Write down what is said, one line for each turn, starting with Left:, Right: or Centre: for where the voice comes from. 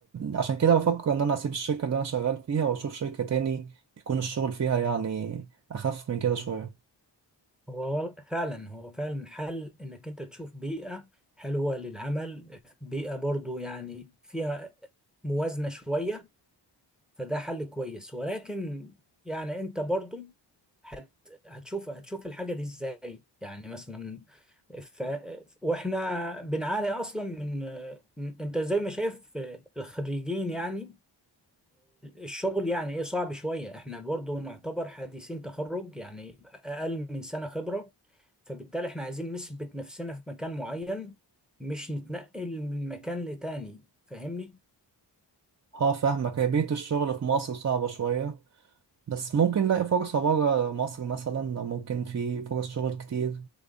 Right: عشان كده بفكر ان انا اسيب الشركة اللي انا شغال فيها واشوف شركة تاني يكون الشغل فيها يعني اخف من كده شوية
Centre: هو وال- فعلا هو فعلا حل انك انت تشوف بيئة حلوة للعمل بيئة برضو يعني فيها موازنة شوية فده حل كويس ولكن يعني انت برضو هت هتشوف هتشوف الحاجة دي ازاي يعني مثلا ف... واحنا بنعاني اصلا من انت زي ما شايف الخريجين يعني الشغل يعني ايه صعب شوية احنا برضو نعتبر حديثين تخرج يعني اقل من سنة خبرة فبالتالي احنا عايزين نثبت نفسنا في مكان معين مش نتنقل من مكان لتاني فاهمني
Right: اه فاهمك هي بيئة الشغل في مصر صعبة شوية بس ممكن نلاقي فرصة برا مصر مثلا أو ممكن في فرص شغل كتير